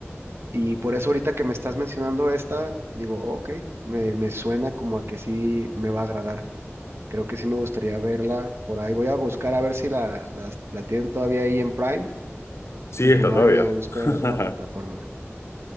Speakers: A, on the right; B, on the left.
A: y por eso ahorita que me estás mencionando esta, digo, ok, me, me suena como a que sí me va a agradar. Creo que sí me gustaría verla por ahí. Voy a buscar a ver si la, la, la tienen todavía ahí en Prime
B: sí,
A: y si
B: está
A: no
B: todavía.
A: hay, lo busco en
B: <laughs>
A: alguna plataforma.